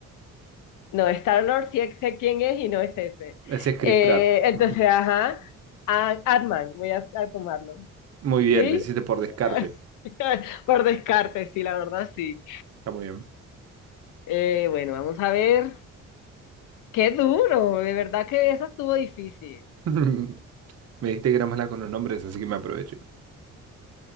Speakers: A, on the left; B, on the right.
A: No, Star-Lord sí sé quién es y no es ese.
B: Ese es Chris
A: Eh,
B: Pratt.
A: entonces,
B: <laughs> Ujú.
A: ajá, a- Ant-Man, voy a, a tomarlo.
B: Muy bien,
A: ¿Sí?
B: lo hiciste por
A: <laughs>
B: descarte.
A: Por descarte, sí, la verdad sí.
B: Está muy bien.
A: Eh, bueno, vamos a ver. Qué duro, de verdad que eso estuvo difícil.
B: <laughs> Me dijiste que era mala con los nombres, así que me aprovecho.